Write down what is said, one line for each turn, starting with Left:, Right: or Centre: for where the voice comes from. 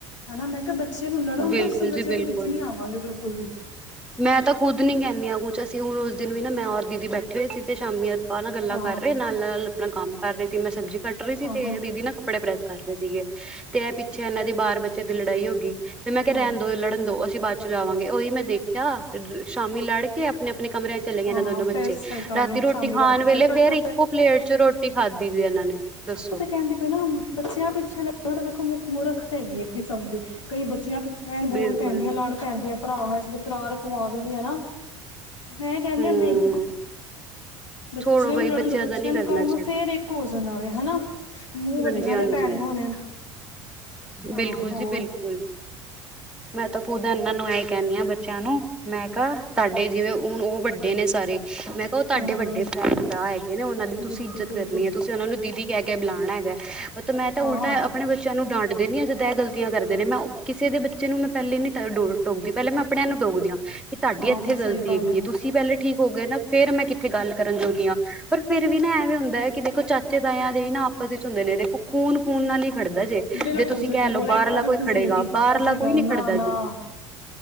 Left: ਹਨਾ ਮੈਂ ਕਿਹਾ ਬੱਚੇ ਨੂੰ ਲੜਨ
Centre: ਬਿਲਕੁਲ
Left: ਤੋਂ ਅਸੀਂ ਬੱਚਿਆਂ
Centre: ਜੀ ਬਿਲਕੁਲ
Left: ਦੇ ਵਿੱਚ ਨੀ ਆਵਾਂਗੇ ਬਿਲਕੁਲ ਵੀ।
Centre: ਮੈਂ ਤਾਂ ਖੁਦ ਨੀ ਕਹਿੰਦੀ ਹ ਕੁਛ ਅਸੀਂ ਹੁਣ ਉਸ ਦਿਨ ਵੀ ਨਾ ਮੈਂ ਔਰ ਦੀਦੀ ਬੈਠੇ ਹੋਏ ਸੀ ਤੇ ਸ਼ਾਮੀ ਆਪ ਨਾਲ ਗੱਲਾਂ
Left: ਹਾਂ
Centre: ਕਰ ਰਹੇ ਨਾਲ ਨਾਲ ਆਪਣਾ ਕੰਮ ਕਰ ਰਹੇ ਸੀ ਮੈਂ ਸਬਜ਼ੀ ਕੱਟ ਰਹੀ ਸੀ
Left: ਆਹੋ
Centre: ਤੇ ਦੀਦੀ ਨਾ ਕੱਪੜੇ ਪ੍ਰੈਸ ਕਰ ਰਹੇ ਸੀਗੇ ਤੇ ਇਹ ਪਿੱਛੇ ਇਹਨਾਂ ਦੀ ਬਾਰ ਬੱਚੇ ਦੀ ਲੜਾਈ ਹੋ ਗਈ। ਤੇ ਮੈਂ ਕਿਹਾ
Left: ਹਾਂ
Centre: ਰਹਿਣ ਦੋ ਲੜਨ ਦੋ ਅਸੀਂ ਬਾਅਦ ਚ' ਜਾਵਾਂਗੇ ਉਹੀ ਮੈਂ ਦੇਖਿਆ ਤੇ ਸ਼ਾਮੀ ਲੜ ਕੇ ਆਪਣੇ ਆਪਣੇ ਕਮਰੇ ਚਲੇ ਗਏ
Left: ਹਾਂ
Centre: ਨਾ ਦੋਨੋ ਬੱਚੇ।
Left: ਫੇਰ ਸਹੀ ਗੱਲ
Centre: ਰਾਤੀ
Left: ਏ
Centre: ਰੋਟੀ
Left: ਸ਼ਾਮੀ
Centre: ਖਾਣ
Left: ਰਾਤੀ
Centre: ਵੇਲੇ
Left: ਕੱਠੇ
Centre: ਫੇਰ ਇੱਕੋ ਪਲੇਟ ਚ' ਰੋਟੀ ਖਾਧੀ ਸੀ ਇਹਨਾਂ ਨੇ ਦੱਸੋ।
Left: ਕੇਹਿੰਦੇ ਪ ਨਾ ਹੂ। ਬੱਚਿਆਂ ਪਿੱਛੇ ਲਾੜਨਾ ਤਾਂ ਵੇਖੋ ਮੁ ਮੂਰਖ ਹੈਗੀ ਹੈ ਕਿਸਮ ਦੀ ਕਈ ਬੱਚਿਆਂ ਪਿੱਛੇ ਫੈਣ ਬੋਲ
Centre: ਬਿਲਕੁਲ
Left: ਪੈਂਦੀਆਂ ਲੜ ਪੈਂਦੀਆਂ ਭਰਾ ਵਕਰਾ ਰਕਵਾ ਦਿੰਦੀ ਆ ਨਾ ਮੈਂ ਕਹਿੰਦੀ
Centre: ਹਮ
Left: ਹ ਨਹੀਂ ਬੱਚਿਆਂ
Centre: ਛੋੜੋ ਬਈ
Left: ਨੂੰ ਲੜਨ ਦੋ ਬੱਚਿਆਂ
Centre: ਦਾ ਨੀ
Left: ਨੇ
Centre: ਕਰਨਾ
Left: ਕਲੱ
Centre: ਚਾਹੀਦਾ
Left: ਨੂੰ ਫੇਰ ਇੱਕ ਹੋ ਜਾਣਾ ਵੈ ਹੈਨਾ ਮੂੰਹ ਵੱਡੀਆਂ
Centre: ਹਾਂਜੀ ਹਾਂਜੀ
Left: ਦੇ ਭੈਣੇ ਹੋਣੇ ਹਨ ਹਾ
Centre: ਬਿਲਕੁਲ
Left: ਹੋਰ
Centre: ਜੀ ਬਿਲਕੁਲ ਮੈਂ ਤਾਂ ਖੁਦ ਇਹਨਾਂ ਨੂੰ ਐ ਕਹਿੰਦੀ ਹਾਂ ਬੱਚ ਬੱਚਿਆਂ ਨੂੰ ਮੈਂ ਕਿਹਾ ਤੁਹਾਡੇ ਜਿਵੇਂ ਹੁਣ ਉਹ ਵੱਡੇ ਨੇ ਸਾਰੇ ਮੈਂ ਕਿਹਾ ਉਹ
Left: ਹੂੰ
Centre: ਤੁ ਵੱਡੇ ਭੈਣ-ਲ ਭਰਾ ਹੈਗੇ ਨੇ ਉਹਨਾਂ ਦੀ ਤੁਸੀਂ
Left: ਬਿਲਕੁਲ
Centre: ਇੱਜਤ
Left: ਬਿਲਕੁਲ
Centre: ਕਰਨੀ ਹੈ ਤੁਸੀਂ ਉਹਨਾ ਨੂੰ ਦੀਦੀ ਕਹਿ ਕੇ ਬੁਲਾਣਾ। ਹੈਗਾ ਮੈਂ ਤਾਂ
Left: ਹਾਂ
Centre: ਉਲਟਾ ਆਪਣੇ ਬੱਚਿਆਂ ਨੂੰ ਡਾਂਟਦੇ ਨੇ ਜਾਂ ਜਦ ਇਹ ਗਲਤੀਆਂ ਕਰਦੇ ਨੇ ਮੈਂ ਕਿਸੇ ਦੇ ਬੱਚੇ ਨੂੰ ਮੈਂ ਪਹਿਲੇ ਨੀ ਡ ਟੋਕਦੀ ਪਹਿਲ ਮੈਂ ਆਪ ਨੂੰ ਟੋਕਦੀਾਂ ਕਿ ਤੁਹਾਡੀ
Left: ਆਹੋ
Centre: ਇੱਥੇ
Left: ਸਹੀ
Centre: ਗਲਤੀ
Left: ਗੱਲ
Centre: ਹੈਗੀਏ
Left: ਏ
Centre: ਤੁਸੀਂ। ਚੀ ਪਹਿਲੇ ਠੀਕ ਹੋ ਗਏ ਨਾ ਫੇਰ ਮੈਂ ਕਿੱਥੇ ਗੱਲ ਕਰਨ ਜੋਗੀ ਹਾਂ। ਪਰ ਫੇਰ ਵੀ ਨਾ ਐਵੇਂ ਹੁੰਦਾ ਹੈ ਕਿ ਦੇਖੋ ਚਾਚੀ ਬੱਚੇ ਤਾਂ ਇਹ ਦੇ ਹੀ ਨਾ ਆਪਸ ਵਿੱਚ ਹੁੰਦੇ ਨੇ ਦੇਖੋ ਖੂਨ ਖੂਨ ਨਾਲ ਹੀ ਖੜਦਾ ਜੇ।
Left: ਬਿਲਕੁਲ
Centre: ਜੇ ਤੁਸੀਂ ਕਹਿ
Left: ਬਿਲਕੁਲ
Centre: ਲਓ
Left: ਇਹ
Centre: ਬਾਹਰਲਾ
Left: ਤਾਂ ਬਿਲਕੁਲ
Centre: ਕੋਈ ਖੜੇਗਾ
Left: ਸਹੀ ਕੀਤੀ
Centre: ਬਾਹਰਲਾ
Left: ਤੁਸੀਂ ਗੱਲ
Centre: ਕੋਈ ਨਹੀਂ
Left: ਨਾ
Centre: ਖੜਦਾ
Left: ਨਾ
Centre: ਜੀ।